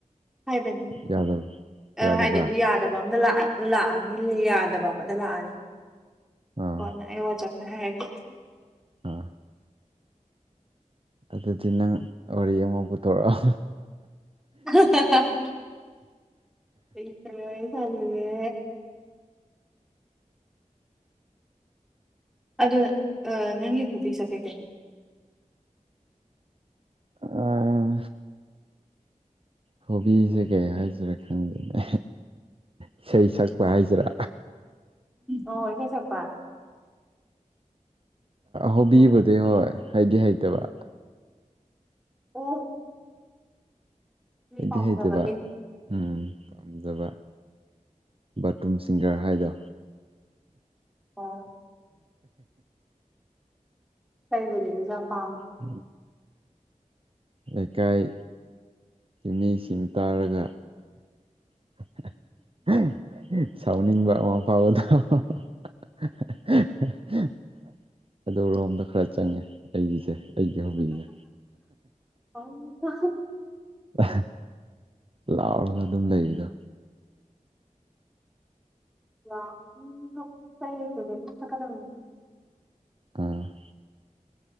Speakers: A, in the centre; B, on the right (about 45°).
A: ꯍꯥꯏꯕꯅꯤ
B: ꯌꯥꯗꯕ ꯌꯥꯗꯕ꯭ꯔꯥ
A: ꯑꯥ ꯍꯥꯏꯗꯤ ꯌꯥꯗꯕ ꯑꯝꯗ ꯂꯥꯛꯑꯗꯤ ꯂꯥꯛꯑꯅꯤ ꯌꯥꯗꯕ ꯑꯃꯗ ꯂꯥꯛꯑꯅꯤ
B: ꯑꯥ
A: ꯀꯣꯟꯅ ꯑꯩꯉꯣꯟꯗ ꯆꯠꯒꯦ ꯍꯥꯏꯔꯅꯤ
B: ꯑꯥ ꯑꯗꯨꯗꯤ ꯅꯪ ꯋꯥꯔꯤ ꯑꯃ ꯄꯨꯊꯣꯔꯛ
A: <inaudible> ꯀꯩ ꯀꯩ ꯋꯥꯔꯤ ꯁꯥꯁꯤꯒꯦ ꯑꯗꯣ ꯅꯪꯒꯤ ꯍꯣꯕꯤꯁꯦ ꯀꯩ ꯀꯩꯅꯣ
B: ꯑꯥ ꯍꯣꯕꯤꯁꯦ ꯀꯩ ꯍꯥꯏꯁꯤꯔꯥ ꯈꯪꯗꯦꯅꯦ ꯏꯁꯩ ꯁꯛꯄ ꯍꯥꯏꯁꯤꯔꯥ
A: ꯑꯣ ꯏꯁꯩ ꯁꯛꯄ
B: ꯍꯣꯕꯤꯕꯨꯗꯤ
A: ꯑꯗꯨꯝ
B: ꯍꯣꯏ ꯍꯩꯗꯤ ꯍꯩꯇꯕ
A: ꯑꯣ
B: ꯍꯩꯗꯤ
A: ꯄꯥꯝꯖꯕꯒꯤ
B: ꯍꯩꯇꯕ ꯎꯝ ꯄꯥꯝꯖꯕ ꯕꯥꯠꯔꯨꯝ ꯁꯤꯡꯒꯔ ꯍꯥꯏꯗꯣ
A: ꯑꯣ ꯢꯁꯩꯕꯨꯗꯤ ꯑꯩꯁꯨ ꯌꯥꯝ ꯄꯥꯝꯃꯦ
B: ꯎꯝ <inaudible> ꯂꯩꯀꯥꯏ ꯃꯤꯁꯤꯡ ꯇꯥꯔꯒ <inaudible> ꯁꯥꯎꯅꯤꯡꯕ ꯑꯃ ꯐꯥꯎꯕꯗꯣ <unintelligible> ꯑꯗꯨ ꯔꯣꯝꯗ ꯈꯔ ꯆꯪꯉꯦ ꯑꯩꯒꯤꯁꯦ ꯑꯩꯒꯤ ꯍꯣꯕꯤꯁꯦ
A: <unintelligible>
B: ꯑꯍꯥ ꯂꯥꯎꯔꯒ ꯑꯗꯨꯝ ꯂꯩꯕꯤꯗꯣ
A: <unintelligible>
B: ꯎꯝ